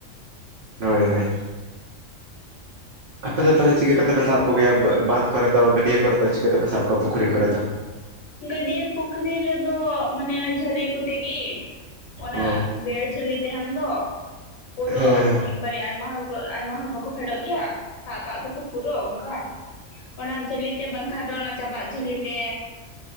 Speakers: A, on the right; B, on the left.
A: ᱦᱳᱭ ᱦᱳᱭ ᱾ ᱟᱯᱮ ᱫᱚ ᱛᱟᱦᱚᱞᱮ ᱪᱤᱠᱟᱹ
B: ᱟᱹᱰᱤ
A: ᱠᱟᱛᱮ
B: ᱱᱟᱯᱟᱭ
A: ᱯᱮ ᱥᱟᱵ ᱠᱚ ᱜᱮᱭᱟ ᱵᱟᱸᱫ ᱠᱚ ᱨᱮ ᱫᱚ ᱜᱟᱹᱰᱭᱟᱹ ᱠᱚ ᱨᱮ ᱫᱚ ᱪᱤᱠᱟᱹ ᱛᱮ ᱯᱮ ᱥᱟᱵ ᱠᱚᱣᱟ ᱯᱩᱠᱷᱨᱤ ᱠᱚ ᱨᱮ ᱫᱚ?
B: ᱜᱟᱹᱰᱤᱭᱟᱹ ᱯᱩᱠᱷᱨᱤ ᱨᱮᱫᱚ ᱢᱟᱱᱮ ᱚᱱᱟ ᱡᱷᱟᱹᱞᱤ ᱠᱚᱛᱮ ᱜᱮ ᱾ ᱚᱱᱟ
A: ᱚ
B: <inaudible> ᱡᱷᱟᱹᱞᱤ ᱛᱟᱦᱮᱱ ᱫᱚ ᱯᱩᱨᱟᱹ
A: ᱦᱮᱸ
B: ᱮᱠᱵᱟᱨᱮ ᱟᱭᱢᱟ ᱦᱚᱲ ᱠᱚ ᱟᱭᱢᱟ ᱦᱚᱲ ᱵᱟᱠᱚ ᱯᱷᱮᱰᱚᱜ ᱜᱮᱭᱟ ᱾ ᱥᱟᱜ ᱠᱟᱜ ᱫᱚᱠᱚ ᱯᱩᱨᱟᱹ ᱚᱝᱠᱟ ᱚᱱᱟ ᱡᱷᱟᱹᱞᱤ ᱛᱮ ᱵᱟᱝᱠᱷᱟᱡ ᱫᱚ ᱚᱱᱟ ᱪᱟᱵᱟᱜ ᱡᱷᱟᱹᱞᱤ ᱛᱮ᱾